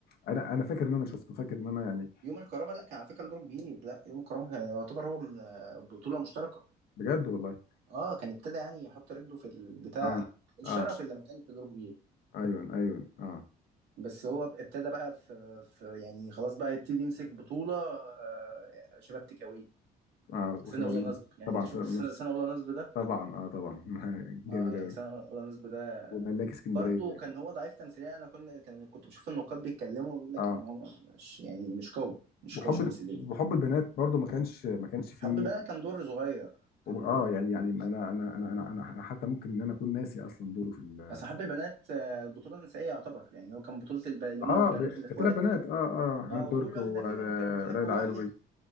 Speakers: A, on the left; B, on the right.
A: انا انا فاكر ان انا شفته فاكر ان انا يعني
B: يوم الكرامه لا كان على فكره دوره جديد لا يوم الكرامه كان يعتبر هو من آه، بطوله مشتركه
A: بجد والله
B: اه كان ابتدى يعني يحط رجله في البتاع
A: اه
B: الشرف
A: اه
B: اللي ما كانش دوره كبير
A: ايوه ايوه اه
B: بس هو ابتدى بقى في, في يعني خلاص بقى يبتدي يمسك بطولة آه، شباب تكاوي
A: اه وسنة
B: سنة أولى
A: اقول لهم
B: نصب يعني
A: طبعا
B: أنت شفت
A: سنة أقول
B: سنة,
A: لهم.
B: سنة أولى نصب ده
A: طبعا اه طبعا <laughs> جامد
B: اه يعني
A: قوي
B: سنة أولى نصب ده
A: وملاك اسكندريه
B: برضه كان هو ضعيف تمثيليا أنا كنت كان كنت بشوف النقاد بيتكلموا بيقول لك
A: اه
B: إن هو مش يعني مش قوي مش
A: وحب
B: قوي تمثيليا
A: ال- وحب البنات برضو ما كانش ما كانش فيه
B: حب البنات كان دور صغير كان
A: وب- اه يعني يعني انا انا انا انا انا أنا حتى ممكن ان انا اكون ناسي اصلا دوره في ال...
B: أصل حب البنات آه، بطولة نسائية يعتبر يعني هو كان بطولة الب... اللي
A: اه
B: هم البنات
A: ب...
B: الإخوات
A: ثلاث بنات اه اه حنان
B: اه وكل
A: ترك
B: واحدة
A: وليلى
B: فيهم كانت بتحب واحد
A: علوي